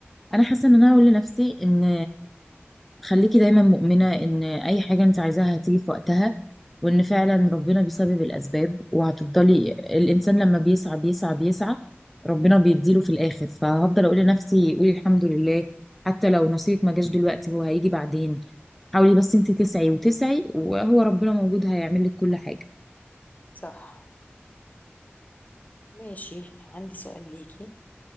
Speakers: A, in the centre; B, on the left (about 40°).
A: انا حاسة ان انا هقول لنفسي ان خليكي دايما مؤمنة ان اي حاجة انت عايزاها هتيجي في وقتها وان فعلا ربنا بيسبب الاسباب وهتفضلي الانسان لما بيسعى بيسعى بيسعى ربنا بيديله في الاخر فهفضل اقول لنفسي قولي الحمد لله حتى لو نصيبك ما جاش دلوقتي هو هيجي بعدين حاولي بس انت تسعي وتسعي وهو ربنا موجود هيعمل لك كل حاجه
B: صح ماشي عندي سؤال ليكي